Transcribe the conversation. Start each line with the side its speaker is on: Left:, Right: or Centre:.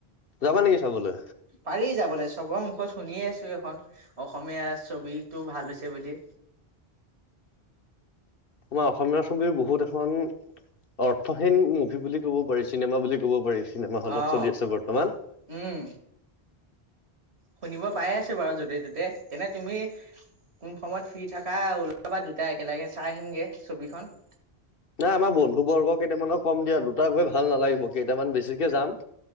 Left: যাবা নেকি চাবলে।
Right: পাৰি যাবলৈ চবৰ মুখত শুনিয়ে আছো এখন অসমীয়া ছবিটো ভাল হৈছে বুলি।
Left: তোমাৰ অসমীয়া ছবিৰ বহুত এখন অৰ্থহীন মুভি বুলি ক'ব পাৰি চিনেমা বুলি কব পাৰি। চিনেমা হলত
Right: অ',
Left: চলি আছে বৰ্তমান।
Right: উম, শুনিব পাই আছো বাৰু য'তে ত'তে তেনে তুমি কোন সময়ত ফ্ৰী থাকা ওলাবা দুটা একেলগে চাই আহিমগে ছবিখন।
Left: নাই আমাৰ বন্ধু বৰ্গ কেইটামানক কম দিয়া দুটা গৈ ভাল নালাগিব কেইটামান বেছিকে যাম।